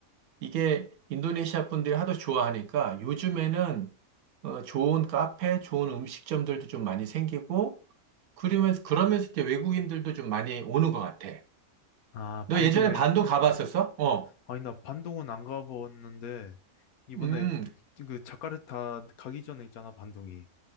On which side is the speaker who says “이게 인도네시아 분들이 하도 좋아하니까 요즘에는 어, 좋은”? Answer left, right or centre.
Right